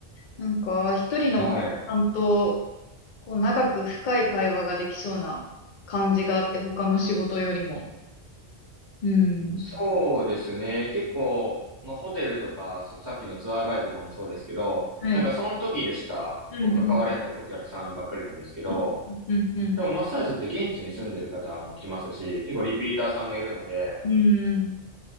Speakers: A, on the left (about 55°); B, on the right (about 20°).
A: なんか一人のお客さんと
B: はい。
A: こう長く深い会話ができそうな感じがあって他の仕事よりも。うん。
B: そうですね。結構、まあ、ホテルとか、そさっきのツアーガイドとかもそうですけど、
A: はい。
B: なんかその時でしかこう関われないお客さんばっかりなんですけど、
A: うん、うん。うん、うん、うん。
B: でもマッサージって現地に住んでる方も来ますし、結構リピーターさんもいるので、
A: うん、